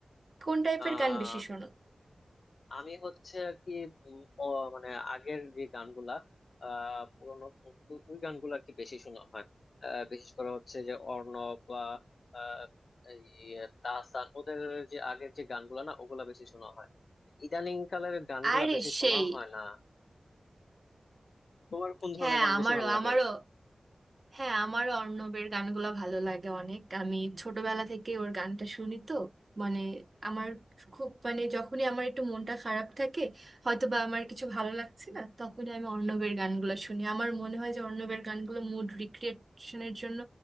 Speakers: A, on the right (about 45°); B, on the left (about 65°).
A: কোন টাইপের
B: আহ
A: গান বেশি শোনো
B: আমি হচ্ছে আর কি উম, ও মানে আগের যে গানগুলা আহ পুরোনো ও- ওই গানগুলো আর কি বেশি শোনা হয় আহ, বিশেষ করে হচ্ছে যে অর্ণব বা আহ, এই তাহসান ওদের যে আগের যে গানগুলা না ওগুলা বেশি শোনা হয় ইদানিং কালের গানগুলা
A: আরে
B: বেশি
A: সেই
B: শোনা হয় না তোমার কোন ধরনের
A: হ্যাঁ
B: গান
A: আমারও
B: বেশি ভালো লাগে
A: আমারও হ্যাঁ আমারও অর্ণবের গানগুলো ভালো লাগে অনেক আমি ছোটবেলা থেকে ওর গানটা শুনি তো মানে আমার খুব মানে যখনই আমার একটু মনটা খারাপ থাকে হয়তো বা আমার কিছু ভালো লাগছে না তখনই আমি অর্ণবের গানগুলো শুনি আমার মনে হয় যে অর্ণবের গানগুলো মুড রিক্রিয়েশনের জন্য